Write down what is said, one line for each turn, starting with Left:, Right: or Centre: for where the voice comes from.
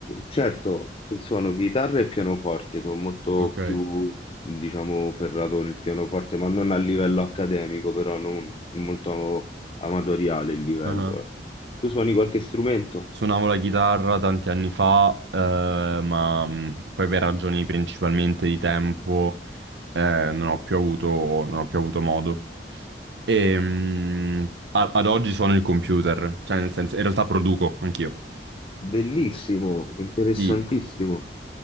Left: Certo, suono chitarra e pianoforte, sono molto
Right: Ok.
Left: più, diciamo, ferrato nel pianoforte, ma non a livello accademico, però non molto amatoriale il livello.
Right: Ah.
Left: eh. Tu suoni qualche strumento?
Right: Suonavo la chitarra tanti anni fa, eh, ma mh, poi per ragioni principalmente di tempo, eh, non ho più avuto, non ho più avuto modo. E mm, a- ad oggi sono il computer, cioè nel senso, in realtà produco anch'io.
Left: Bellissimo, interessantissimo.
Right: Sì,